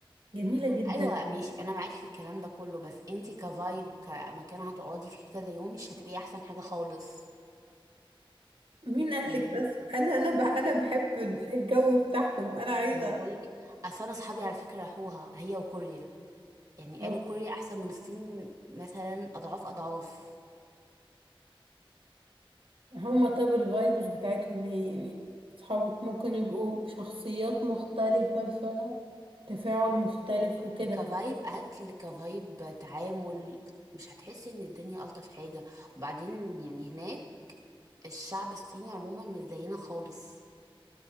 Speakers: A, on the right (about 70°); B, on the right (about 40°).
A: جميلة جدا
B: ايوه ماشي انا معاكي في الكلام ده كله بس انت كفايب كمكان هتقعدي فيه كذا يوم مش هتبقي احسن حاجة خالص
A: مين قالك
B: يعني
A: بس انا انا ب... انا بحب الجو بتاعهم انا عايزة
B: ما انا بقولك اصل انا اصحابي على فكرة راحوها هي وكوريا يعني
A: أروح.
B: قالوا كوريا احسن من الصين مثلا اضعاف اضعاف
A: هما طب الفايبز بتاعتهم ايه يعني اصحابك ممكن يبقوا شخصيات مختلفة فتفاعل مختلف وكده
B: كفايب اكل كفايب تعامل مش هتحسي ان الدنيا الطف حاجه وبعدين يعني هناك الشعب الصيني عموما مش زينا خالص